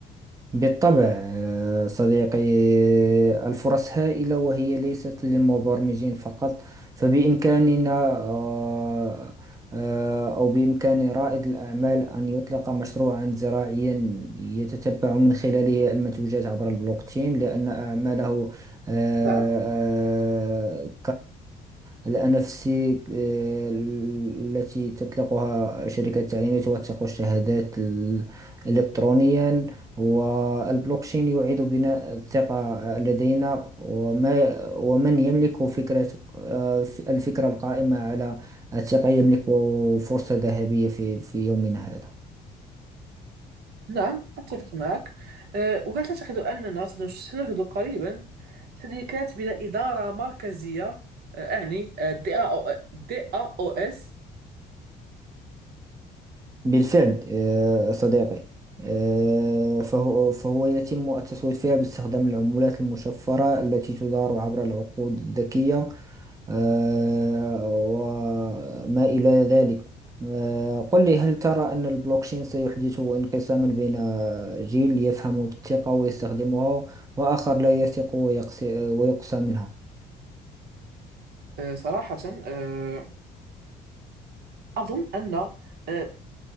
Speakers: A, on the right; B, on the right.
A: بالطبع آه، صديقي آه، الفرص هائلة وهي ليست للمبرمجين فقط فبإمكاننا آه، آه، أو بإمكان رائد الأعمال أن يطلق مشروعا زراعيا يتتبع من خلاله المنتوجات عبر البلوكتشين لأن أعماله آه،
B: نعم
A: آه، كالأنفس آه، التي تطلقها شركة التعليمات توثق الشهادات ال- إلكترونيا والبلوكشين يعيد بناء الثقة لدينا وما ومن يملك فكرة آه، الفكرة القائمة على الثقة يملك فرصة ذهبية في في يومنا هذا
B: نعم أتفق معك أه، وهل تعتقد أننا سنش- سنجد قريبا شركات بلا إدارة مركزية أه، أعني آه، دي أو آه، دي أو إس
A: بالفعل آه، صديقي آه، فهو فهو يتم التصويت فيها باستخدام العملات المشفرة التي تدار عبر العقود الذكية آه، وما إلى ذلك آه، قل لي هل ترى أن البلوكشين سيحدث انقساما بين جيل يفهم الثقة ويستخدمها وآخر لا يثق ويقس- ويقسى منها
B: آه، صراحة أه، أظن أن أه،